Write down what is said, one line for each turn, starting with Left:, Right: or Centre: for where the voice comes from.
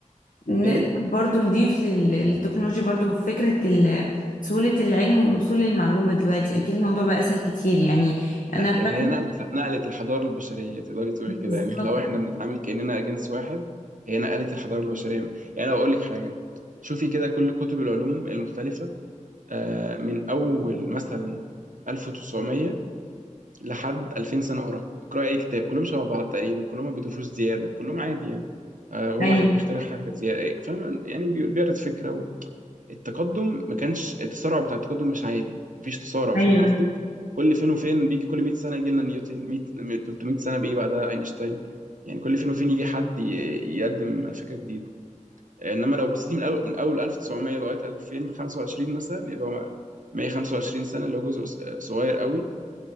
Left: نقدر
Right: ايه
Left: برضو نضيف لل- للتكنولوجيا برضو فكرة ال- سهولة العلم والوصول للمعلومة دلوقتي اكيد الموضوع بقى اسهل كتير يعني
Right: لا
Left: انا
Right: هي
Left: فاكرة
Right: نقلت نقلت الحضارة البشرية تقدري تقولي
Left: بالظبط
Right: كده يعني لو احنا بنتعامل كأننا جنس واحد هي نقلت الحضارة البشرية يعني لو أقول لك حاجة شوفي كده كل كتب العلوم المختلفة آه، من أول مثلا 1900 لحد 2000 سنة ورا اقرأي أي كتاب كلهم شبه بعض تقريبا كلهم ما بيضيفوش زيادة كلهم عادي يعني آه، هو
Left: ايوه
Right: واحد بيخترع حاجة زيادة فاهم يعني بي- بيعرض فكرة التقدم ما كانش التسارع بتاع التقدم مش عالي مفيش تسارع
Left: ايوه
Right: فاهم قصدي كل فين وفين بيجي كل 100 سنه يجي لنا نيوتن 100 300 سنه بيجي بعدها اينشتاين يعني كل فين وفين يجي حد ي- يقدم فكره جديده انما لو بصيت من اول من اول 1900 لغايه 2025 مثلا اللي هو 125 سنه اللي هو جزء ص- صغير قوي